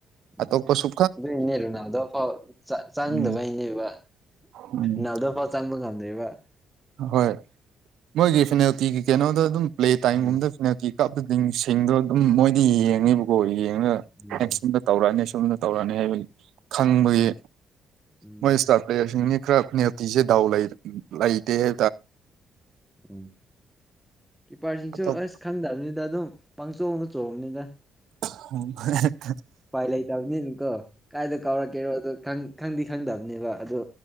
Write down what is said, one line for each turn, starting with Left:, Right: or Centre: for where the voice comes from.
Centre: ꯎꯝ
Right: ꯑꯇꯣꯞꯄꯁꯨ
Centre: ꯑꯗꯨꯏꯅꯦ ꯔꯨꯅꯥꯜꯗꯣꯥꯎ ꯆꯪꯗꯕꯩꯅꯦꯕ
Right: ꯎꯝ ꯎꯝ
Centre: ꯅꯗ ꯐ ꯆꯪꯕ ꯉꯝꯗꯣꯏꯕ
Right: ꯍꯣꯏ ꯃꯣꯏꯒꯤ ꯐꯤꯅꯥꯜꯇꯤꯒꯤ ꯀꯩꯅꯣꯗ ꯑꯗꯨꯝ ꯄ꯭ꯂꯦ ꯇꯥꯏꯝꯒꯨꯝꯕꯗ
Centre: ꯎꯝ
Right: ꯐꯤꯅꯥꯜꯇꯤ ꯀꯞꯇꯗꯤꯁꯤꯡꯗꯣ ꯑꯗꯨꯝ ꯃꯣꯏꯗꯤ ꯌꯦꯡꯉꯦꯕꯀꯣ ꯌꯦꯡꯉꯒ
Centre: ꯎꯝ
Right: ꯌꯦꯁꯤꯟꯕ ꯇꯧꯔꯛꯑꯅꯤ ꯁꯣꯨꯝꯅ ꯇꯧꯔꯛꯑꯅꯤ ꯍꯥꯏꯕ ꯈꯪꯕꯒꯤ
Centre: ꯎꯝ
Right: ꯃꯣꯏ ꯏꯁꯇꯥꯔꯠ ꯄ꯭ꯂꯦꯌꯔꯁꯤꯡꯅꯤ ꯈ꯭ꯔ ꯅꯤꯌꯇꯤꯁꯦ ꯗꯥꯎ ꯂꯩ ꯂꯩꯗꯦꯍꯦ
Centre: ꯎ ꯀꯄꯥꯔꯁꯤꯡꯁꯤꯡ
Right: ꯑꯇꯣꯞ
Centre: ꯆꯁ ꯈꯪꯗꯕꯅꯤꯗ ꯑꯗꯨꯝ ꯄꯪꯆꯣꯡꯅ ꯆꯣꯡꯕꯅꯤꯅ
Right: <unintelligible>
Centre: ꯎꯄꯥꯏ ꯂꯩꯇꯕꯅꯤꯅꯀꯣ ꯀꯥꯏꯗ ꯀꯥꯎꯔꯛꯀꯦꯔꯣ ꯑ ꯈꯪꯗꯤ ꯈꯪꯗꯕꯅꯦꯕ ꯑꯗꯨ